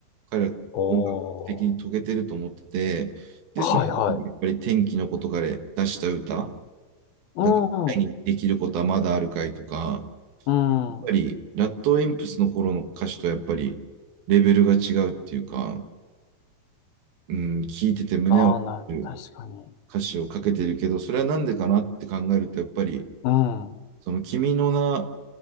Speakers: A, on the right; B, on the left.
A: 彼は音楽的に遂げてると思ってて、
B: おー。
A: で、
B: はいはい。
A: その中にやっぱり天気のことから出した歌、
B: う
A: だから前にできることはまだあるかいとか、
B: ん。うん。
A: ぱり、ラットウィンプスの頃の歌手とやっぱり、レベルが違うっていうか、うん、聞いてて胸を打る
B: ああ、な、確かに。
A: 歌詞をかけてるけど、それはなんでかなって考えると、やっぱり、
B: うん。
A: その君の名